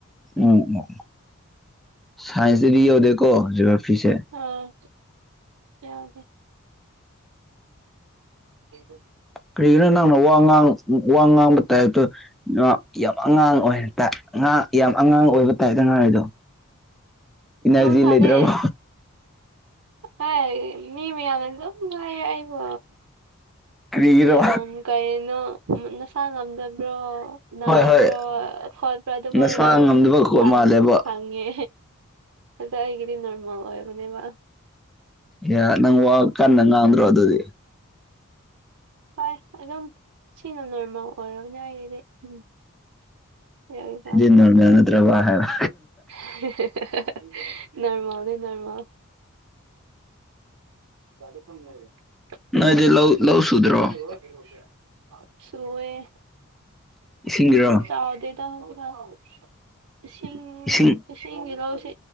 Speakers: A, in the centre; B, on the right.
A: ꯎꯝ ꯑꯣ ꯁꯥꯏꯟꯁꯇꯗꯤ ꯌꯧꯗꯦꯀꯣ ꯖꯤꯑꯣꯒ꯭ꯔꯥꯐꯤꯁꯦ
B: ꯑ ꯌꯥꯎꯗꯦ <inaudible>
A: ꯀꯔꯤꯒꯤꯅꯣ ꯅꯪꯅ ꯋꯥ ꯉꯥꯡ ꯋꯥ ꯉꯥꯡꯕ ꯇꯥꯏꯞꯇ ꯉꯥ ꯌꯥꯝ ꯑꯉꯥꯡ ꯑꯣꯏꯔꯇꯥꯏ ꯉꯥ ꯌꯥꯝ ꯑꯉꯥꯡ ꯑꯣꯏꯕ ꯇꯥꯏꯇ ꯉꯥꯏꯔꯗꯣ ꯏꯅꯔꯖꯤ
B: ꯃꯍꯧꯁꯥꯅꯦ
A: ꯂꯩꯇ꯭ꯔꯕꯣ
B: ꯍꯥꯏ ꯃꯤ ꯃꯌꯥꯝꯅ ꯑꯗꯨꯝ ꯍꯥꯏ ꯑꯩꯕꯣ
A: ꯀꯔꯤꯒꯤꯔꯣ
B: ꯌꯥꯝ ꯀꯩꯅꯣ ꯎꯝ ꯅꯁꯥ ꯉꯝꯗꯕ꯭ꯔꯣ ꯅꯥꯕꯔꯣ
A: ꯍꯣꯏ ꯍꯣꯏ
B: ꯈꯣꯠꯄꯔꯣ ꯑꯗꯨꯃꯥꯏꯅ
A: ꯅꯁꯥ ꯉꯝꯗꯕ ꯈꯣꯠ
B: ꯁꯥꯡꯀꯨꯞ
A: ꯃꯥꯜꯂꯦꯕ
B: ꯐꯪꯉꯦ ꯑꯗ ꯑꯩꯒꯤꯗꯤ ꯅꯣꯔꯃꯦꯜ ꯑꯣꯏꯕꯅꯦꯕ
A: ꯌꯥ ꯅꯪ ꯋꯥ ꯀꯟꯅ ꯉꯥꯡꯗ꯭ꯔꯣ ꯑꯗꯨꯗꯤ
B: ꯍꯣꯏ ꯑꯗꯨꯝ ꯁꯤꯅ ꯅꯣꯔꯃꯦꯜ ꯑꯣꯏꯔꯕꯅꯤ ꯑꯩꯗꯤ ꯎꯝ ꯌꯥꯔꯤ ꯀ
A: ꯗꯤ ꯅꯣꯔꯃꯦꯜ ꯅꯠꯇ꯭ꯔꯕ ꯍꯥꯏꯕ
B: <unintelligible> ꯅꯣꯔꯃꯦꯜꯅꯤ ꯅꯔꯃꯜ <inaudible>
A: ꯅꯣꯏꯗꯤ ꯂꯧ ꯂꯧ ꯁꯨꯗ꯭ꯔꯣ
B: ꯁꯣꯔꯑꯦ
A: ꯏꯁꯤꯡꯒꯤꯔꯣ
B: ꯑꯗꯨ ꯆꯥꯎꯗꯦ ꯇꯥꯡꯍꯤꯗꯥꯛ ꯇꯁꯤꯡ
A: ꯏꯁꯤꯡ
B: ꯏꯁꯤꯡꯒꯤ ꯂꯧꯁꯤ